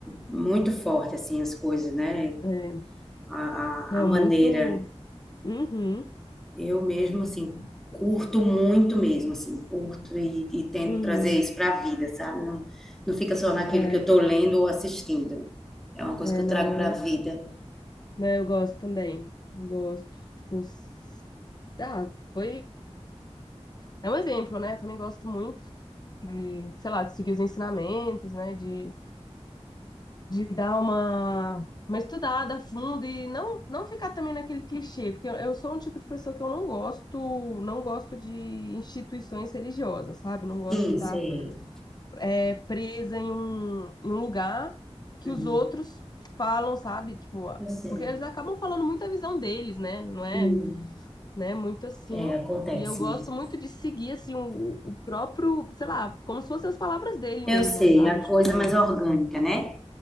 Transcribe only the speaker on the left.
É,
não,
muito. Uhum.
Showzinho.
Uhum.
É,
é,
não,
eu,
né, eu gosto também. Gosto. Tipo, s- ah, foi. É um exemplo, né? Eu também gosto muito. de, sei lá, de seguir os ensinamentos, né? De, de dar uma, uma estudada a fundo e não, não ficar também naquele clichê, porque eu, eu sou um tipo de pessoa que eu não gosto, não gosto de instituições religiosas, sabe? Não gosto
de estar
é, presa em um, em um lugar que
os outros falam, sabe? Tipo, a-
porque eles acabam falando muito a visão deles, né? Não é,
né? Muito assim.
E eu gosto
muito de seguir assim o, o próprio, sei lá, como se fossem as palavras dele mesmo,
sabe?
Tipo,